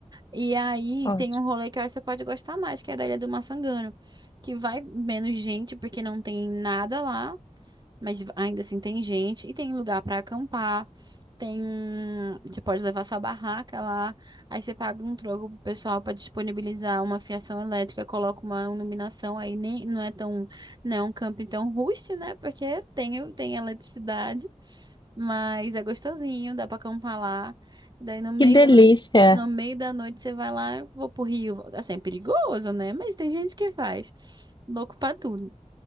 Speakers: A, on the right (about 35°); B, on the left (about 35°).
A: E aí
B: Ótimo.
A: tem um rolê que eu acho que você pode gostar mais, que é da Ilha do Maçangano, que vai menos gente, porque não tem nada lá. Mas ainda assim tem gente e tem lugar para acampar. Tem um, você pode levar sua barraca lá, aí você paga um troco pro pessoal para disponibilizar uma fiação elétrica, coloca uma iluminação aí nem não é tão, não é um camping tão rústico, né? Porque tem tem eletricidade, mas é gostosinho, dá para acampar lá. Daí no meio
B: Que delícia!
A: da noite, no meio da noite você vai lá, eu vou pro rio, assim, é perigoso, né? Mas tem gente que faz. Louco pra tudo.